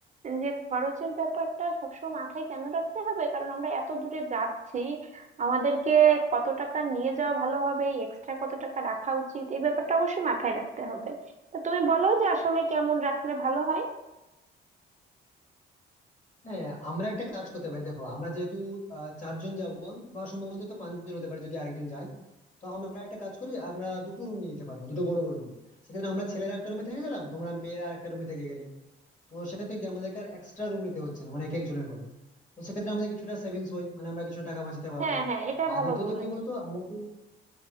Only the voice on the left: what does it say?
হ্যাঁ আমরা একটা কাজ করতে পারি দেখো আমরা যেহেতু আহ, চারজন যাব বা সম্ভবত তো পাঁচজন হতে পারে যদি আরেকজন যায় তো আমরা একটা কাজ করি আমরা দুটো রুম নিয়ে নিতে পারবো দুটো বড় বড় রুম সেক্ষেত্রে আমরা ছেলেরা একটা রুমে থেকে গেলাম তোমরা মেয়েরা একটা রুমে থেকে গেলে তো সেক্ষেত্রে কি আমাদেরকে আর এক্সট্রা রুম নিতে হচ্ছে না মানে এক একজনের করে তো সেক্ষেত্রে আমাদের কিছুটা সেভিংস হয় মানে আমরা কিছুটা টাকা বাঁচাতে পারবো
আর
দ্বিতীয়ত
কি বলতো আমরা তো